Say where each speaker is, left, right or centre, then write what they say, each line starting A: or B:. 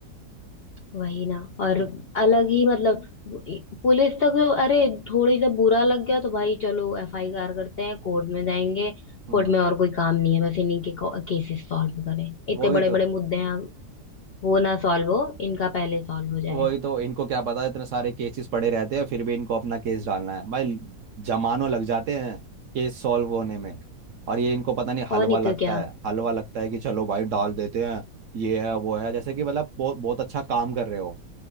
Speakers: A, on the left; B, on the right.
A: वही ना और
B: इत-
A: अलग ही मतलब पुलिस तक तो अरे थोड़ी सा बुरा लग गया तो भाई चलो एफ आई आर करते हैं कोर्ट में जाएंगे
B: हम्म
A: कोर्ट में और कोई काम नहीं है बस इन्हीं के केसेस सॉल्व करें इतने
B: वही
A: बड़े
B: तो
A: बड़े मुद्दे हैं वो ना सॉल्व हो इनका पहले सॉल्व हो
B: वही
A: जाए
B: तो इनको क्या पता इतने सारे केसेस पड़े रहते हैं फिर भी इनको अपना केस डालना है भाई जमानों लग जाते हैं केस सॉल्व होने में और ये इनको पता नहीं
A: और
B: हलवा
A: नहीं
B: लगता
A: तो क्या
B: है हलवा लगता है कि चलो भाई डाल देते हैं ये है वो है जैसे कि मतलब बहुत बहुत अच्छा काम कर रहे हो